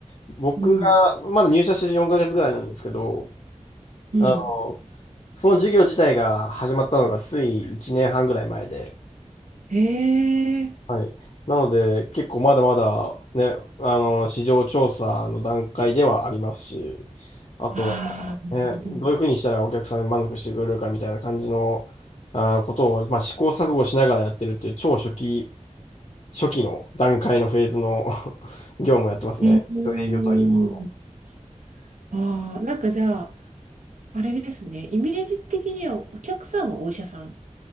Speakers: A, on the left; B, on the right.
A: 僕がまだ入社して4ヶ月ぐらいなんですけど、
B: うん。うん。
A: あの、その授業自体が始まったのがつい1年半ぐらい前で、
B: へえ。
A: はい。なので、結構まだまだね、あの、市場調査の段階ではありますし、あとは、
B: ああ、なるほど。
A: ね、どういうふうにしたらお客さんに満足してくれるかみたいな感じの、あ、ことを、まあ、試行錯誤しながらやってるっていう超初期、初期の段階のフェーズの <laughs> 業務をやってますね。
B: うん。
A: 営業とはいうものの。
B: ああ、なんかじゃあ、あれですね。イメージ的にはお客さんはお医者さん。